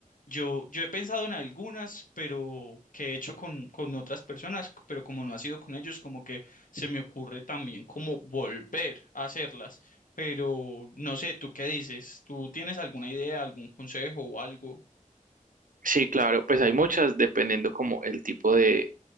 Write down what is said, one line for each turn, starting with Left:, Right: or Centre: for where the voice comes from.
Left: Yo, yo he pensado en algunas, pero que he hecho con, con otras personas, pero como no ha sido con ellos, como que se me ocurre también como volver a hacerlas. Pero no sé, ¿tú qué dices? ¿Tú tienes alguna idea, algún consejo o algo?
Right: Sí, claro, pues hay muchas dependiendo como el tipo de,